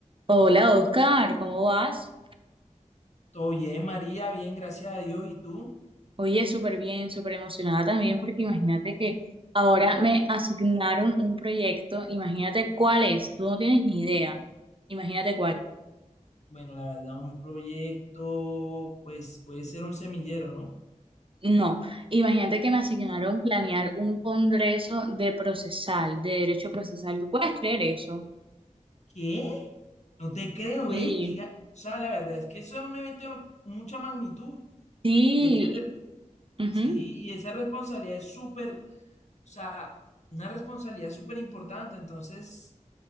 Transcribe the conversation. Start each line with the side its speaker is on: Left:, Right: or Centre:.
Right: Hola Oscar, ¿cómo vas?
Left: Todo bien, María, bien, gracias a Dios. ¿Y tú?
Right: Oye, súper bien, súper emocionada también porque imagínate que ahora me asignaron un proyecto, imagínate cuál es, tú no tienes ni idea, imagínate cuál,
Left: Bueno, la verdad, un proyecto, pues puede ser un semillero, ¿no?
Right: no, imagínate que me asignaron planear un congreso de procesal, de derecho procesal, ¿tú puedes creer eso?
Left: ¿Qué? No te creo,
Right: Sí.
Left: ¿eh? Que, ga- o sea, la verdad es que eso es un evento de mucha magnitud.
Right: Sí,
Left: Y ese, re-
Right: ujú.
Left: sí, y esa responsabilidad es súper, o sea, una responsabilidad súper importante. Entonces,